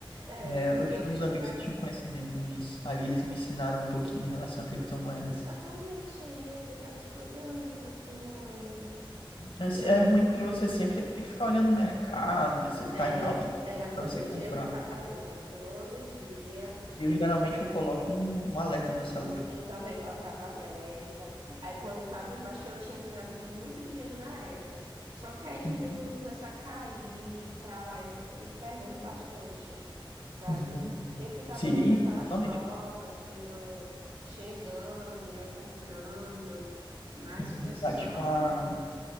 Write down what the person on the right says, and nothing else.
É,
e
eu fico
na.
é,
Eu também tinha, eu ficava estudando criptomoedas.
Quer
dizer,
é,
era todo
dia, eu ficava olhando, todo dia.
Eu também colocava alerta. Aí quando eu tava embaixo, eu tinha ganhado muito dinheiro na época. Só que aí de
repente tudo começou a cair e tal. Aí eu fui perdendo bastante, sabe?
E eu ficava
olhando aquelas
novas que iam chegando, ia comprando. Mas
foi só.